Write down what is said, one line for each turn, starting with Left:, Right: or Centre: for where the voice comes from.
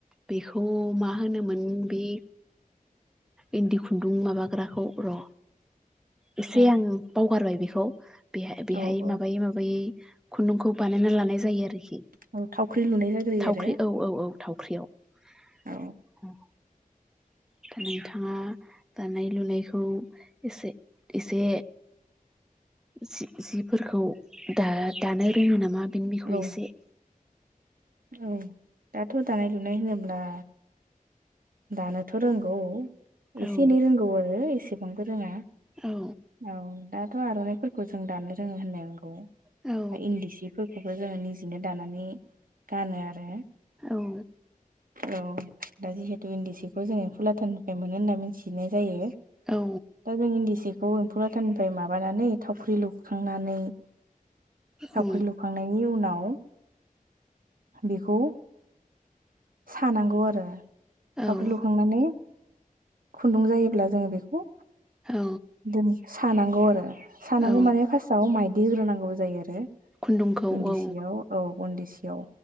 Centre: बेखौ मा होनोमोन बे इन्दि खुन्दुं माबाग्राखौ र' एसे
Right: औ
Centre: आं बावगारबाय बेखौ खौ बेहा बेहाय
Right: औ औ
Centre: माबायै माबायै खुन्दुंखौ बानायना लानाय जायो आरोखि
Right: औ थावख्रि लुनाय जाग्रोयो
Centre: थावख्रि
Right: आरो
Centre: औ औ औ थावख्रियाव
Right: औ
Centre: नोंथाङा दानाय लुनायखौ एसे एसे जि जिफोरखौ दा दानो रोङो नामा बिनि बिखय
Right: औ
Centre: एसे
Right: औ दाथ' दानाय लुनाय होनोब्ला दानोथ' रोंगौ
Centre: औ
Right: एसे एनै रोंगौ आरो एसेबांबो रोङा
Centre: औ
Right: औ दाथ' आर'नाइफोरखौ जों दानो रोङो होननायानो खौ
Centre: औ
Right: इन्दि सिफोरखौबो जोङो निजिनो दानानै गानो आरो
Centre: औ
Right: औ दा जिहेतु इन्दि सिखौ जोङो फुलाथाननिफ्राय मोनो होनना मिथिनाय जायो
Centre: औ
Right: दा जों इन्दि सिखौ एम्फौ लाथानिफ्राय माबानानै थावख्रि लुखांनानै थावख्रि
Centre: औ
Right: लुखांनायनि उनाव बेखौ सानांगौ आरो
Centre: औ
Right: थावख्रि लुखांनानै खुन्दुं जायोब्ला जोङो बेखौ
Centre: औ
Right: दोन सानांगौ आरो सानांगौ
Centre: औ
Right: माने फार्स्टआव माइदि होग्रोनांगौबो जायो आरो
Centre: खुन्दुंखौ
Right: इन्दि
Centre: औ
Right: सियाव औ इन्दि सियाव